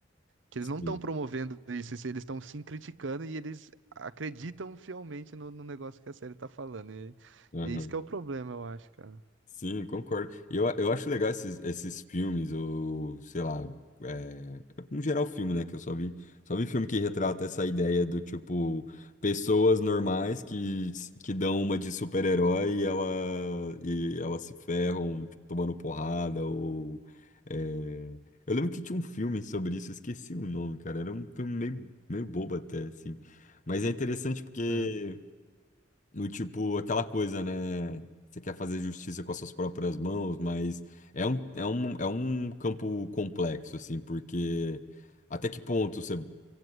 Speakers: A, on the right (about 75°); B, on the left (about 40°).
A: que
B: sim,
A: eles não estão promovendo isso, se eles estão sim criticando e eles acreditam fielmente no, no negócio que a série tá falando. E,
B: aham.
A: e é isso que é o problema, eu acho, cara.
B: Sim, concordo. E Eu, eu acho legal esses, esses filmes, ou sei lá, é, no geral filme, né? Que eu só vi, só vi filme que retrata essa ideia do tipo, pessoas normais que, que dão uma de super-herói e, ela, e elas se ferram, tipo, tomando porrada, ou. é, Eu lembro que tinha um filme sobre isso, eu esqueci o nome, cara. Era um filme meio, meio bobo até, assim. Mas é interessante porque.
A: Sim.
B: Do tipo, aquela coisa, né? Você quer fazer justiça com as suas próprias mãos, mas é um, é um, é um campo complexo, assim, porque até que ponto você,